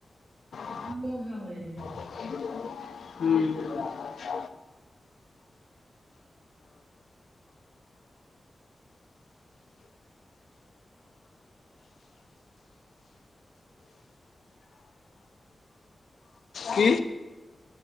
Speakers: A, on the left; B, on the right.
A: <inaudible>
B: हमहू ओहे बनेलिये।
A: ह्म। ओ। <inaudible> <inaudible> की?